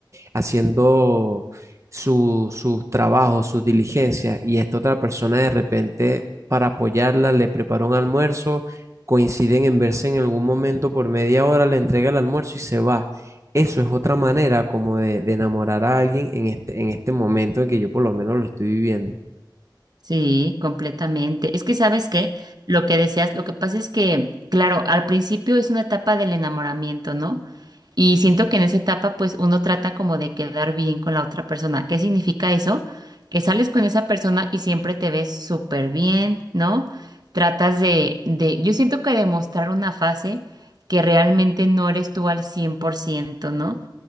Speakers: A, on the right (about 40°); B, on the right (about 55°).
A: haciendo su- sus trabajos, sus diligencias, y esta otra persona de repente, para apoyarla, le prepara un almuerzo, coinciden en verse en algún momento por media hora, le entrega el almuerzo y se va. Eso es otra manera como de, de enamorar a alguien en este, en este momento en que yo por lo menos lo estoy viviendo.
B: sí, completamente. Es que sabes qué, lo que deseas, lo que pasa es que, claro, al principio es una etapa del enamoramiento, ¿no? Y siento que en esa etapa, pues uno trata como de quedar bien con la otra persona. ¿Qué significa eso? Que sales con esa persona y siempre te ves súper bien, ¿no? Tratas de, de, yo siento que demostrar una fase que realmente no eres tú al 100%, ¿no?